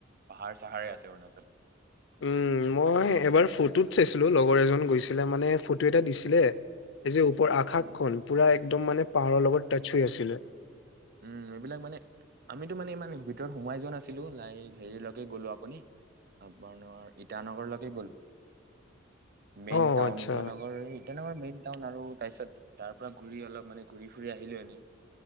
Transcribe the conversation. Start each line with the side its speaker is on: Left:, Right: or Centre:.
Right: পাহাৰ চাহাৰে আছে অৰুণাচলত
Left: উম মই এবাৰ ফটোত চাইছিলো লগৰ এজন গৈছিলে মানে ফটো এটা দিছিলে এই যে ওপৰ আকাশখন
Right: উম,
Left: পুৰা একদম মানে পাহাৰৰ লগত টাচ সি আছিলে
Right: উম, এইবিলাক মানে আমিতো মানে ইমান ভিতৰত সোমাই যোৱা নাছিলোঁ, লাই, হেৰিলৈকে গ'লো, আপুনি আপোনাৰ ইটানগৰলৈকে গ'লোঁ। মেইন
Left: অ
Right: টাউন
Left: আচ্ছা
Right: ইটানগৰ, ইটানগৰ মেইন টাউন আৰু তাৰপিছত তাৰ পৰা ঘূৰি অলপ মানে ঘূৰি ফুৰি আহিলোঁ এনে।